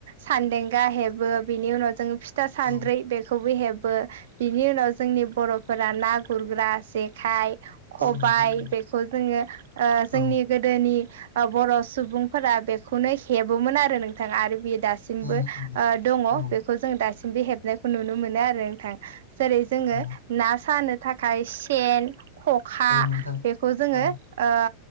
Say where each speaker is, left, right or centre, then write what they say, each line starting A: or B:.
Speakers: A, on the right; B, on the right.
A: सानदेंगा हेबो, बेनि उनाव जोङो फिथा सानद्रै
B: औ
A: बेखौबो हेब बो, बिनि उनाव जोंनि बर'फोरा ना गुरग्रा जेखाइ, खबाइ
B: औ नोंथां औ
A: बेखौ जोङो ओ जोंनि
B: औ
A: गोदोनि बर' सुबुंफोरा बेखौनो हेबोमोन आरो नोंथाङा आरो बे दासिमबो
B: उम उम
A: ओ दङ
B: औ
A: बेखौ जों दासिमबो हेबनायखौ नुनो मोनो आरो नोंथां। जेरै जोङो
B: औ
A: ना सानो थाखाय सेन, खखा
B: औ नोंथां
A: बेखौ जोङो
B: औ
A: ओ